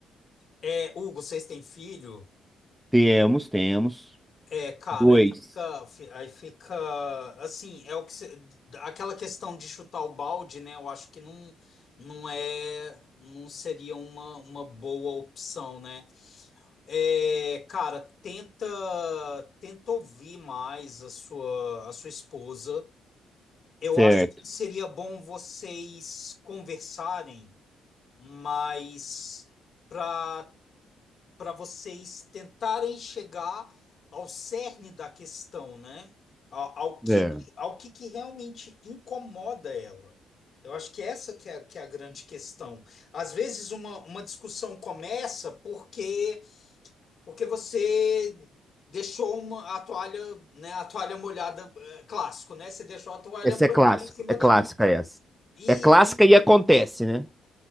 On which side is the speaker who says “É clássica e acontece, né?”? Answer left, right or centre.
Centre